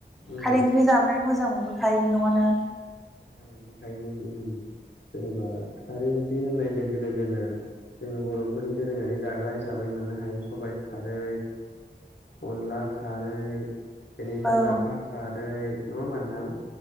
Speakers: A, on the left; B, in the centre.
A: उम
B: खारै ओंख्रि जाबोनानै मोजां मोनबोखायो न'आनो
A: मोनबोखायोमोन जेनेबा खारै ओंख्रि होननाय लोगो लोगोनो जोङो बर'फोरनि दोरोङारि जाग्रा हिसाबै मोननो हायो सबाइ खारै अनला खारै बेनिफ्राय
B: औ
A: लाफा खारै नङा होमबा नोंथां?